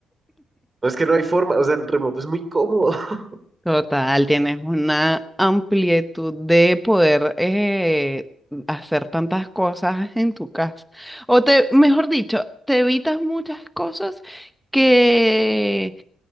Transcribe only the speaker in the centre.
Total, tienes una amplitud de poder eh, hacer tantas cosas en tu casa. O te, mejor dicho, te evitas muchas cosas que,